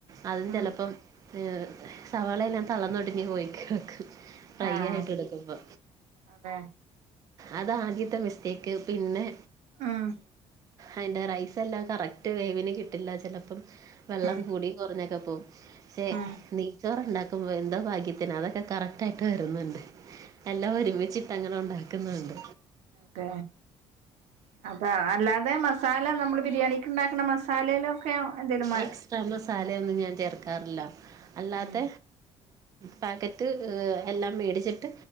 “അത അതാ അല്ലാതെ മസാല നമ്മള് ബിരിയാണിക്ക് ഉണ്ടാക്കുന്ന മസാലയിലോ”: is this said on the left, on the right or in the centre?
Right